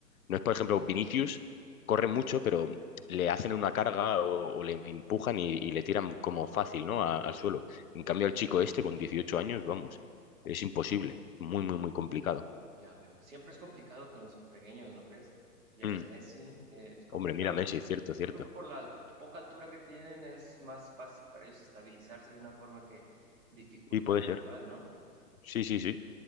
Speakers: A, on the left; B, on the right.
A: No es, por
B: Sí,
A: ejemplo,
B: sí.
A: Vinicius corre mucho, pero le hacen una carga o, o le empujan y, y le tiran como fácil, ¿no? A- al suelo. En cambio, el chico este, con 18 años, vamos, es imposible. Muy, muy, muy complicado.
B: Ya veo. Siempre es complicado con los pequeños, ¿no crees? Ya
A: Mm,
B: ves, Messi, eh, es complicado.
A: Hombre, mira Messi, es cierto, cierto.
B: Yo creo que por la alt- poca altura que tienen es más fácil para ellos estabilizarse de una forma que dificulta
A: Y puede
B: al rival,
A: ser.
B: ¿no?
A: Sí, sí, sí.